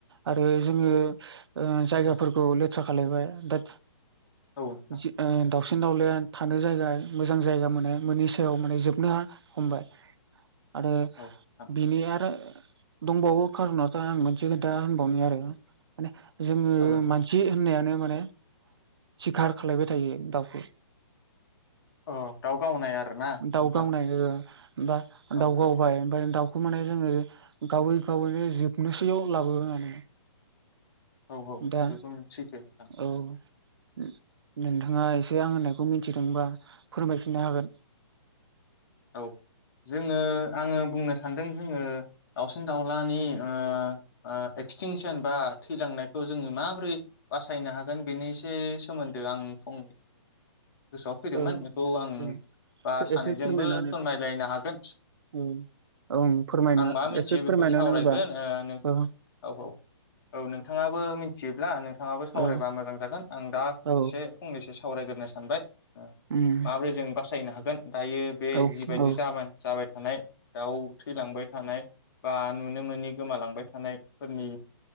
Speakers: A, on the right; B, on the left.
A: आरो जोङो ओ जायगाफोरखौ लेथ्रा खालायबाय दा
B: औ नोंथां
A: जि ओ द सिन दावलाया थानो जायगा मोजां जायगा मोने मोननि सायाव माने जोबनो हा हमबाय। आरो
B: औ नोंथां
A: बिनि आरो दंबावो खारनावथा आं मोनसे खोथा होनबावनो आरो माने जोङो
B: औ नोंथां
A: मानसि होननायानो माने सिखार खालायबाय थायो दाउखौ।
B: अह दाउ गावनाय आरोना नोंथां।
A: दाउ गावनाय बा दाउ
B: औ
A: गावबाय
B: औ
A: ओमफ्राय दाउखौ माने जोङो गावै गावैनो जोबनोसैयाव लाबोबाय माने
B: औ औ
A: दा
B: बेबो सैथो नोंथां
A: औ । नोंथाङा एसे आं होननायखौ मिथिदोंबा फोरमायफिननो हागोन ।
B: औ । जोङो आंङो बुंनो सान्दों जोङो दाउसिन दाउलानि ओ ओ एक्सटिंसन बा थैलांनायखौ जोङो माबोरै बासायनो हागोन बेनि एसे सोमोन्दै आं फंनैसो गोसोआव फैदोंमोन
A: औ
B: बेखौ आं
A: औ
B: बा सानैजोंबो
A: एसे फोरमायनानै
B: फोरमायलायनो हागोन ।
A: औ ओं फोरमायनो
B: आं मा मिथियो
A: एसे फोरमायनानै
B: बेखौ सावरायगोन
A: होबा
B: ओ नों
A: औ
B: औ औ औ नोंथाङाबो मिथियो ब्ला नोंथाङाबो सावरायबा
A: औ
B: मोजां जागोन आं दा
A: औ
B: एसे फंनैसो सावरायग्रोनो सानबाय ।
A: उम
B: माबोरै जों बासायनो हागोन दायो बे
A: औ
B: जिबायदि
A: औ
B: जाबोन जाबाय थानाय दाउ थैलांबाय थानाय बा नुनो मोनोनि गोमालांबाय थानायफोरनि